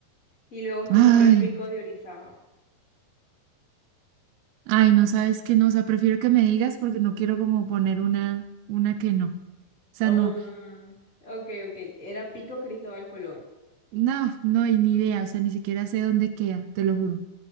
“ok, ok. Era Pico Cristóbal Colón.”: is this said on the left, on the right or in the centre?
Left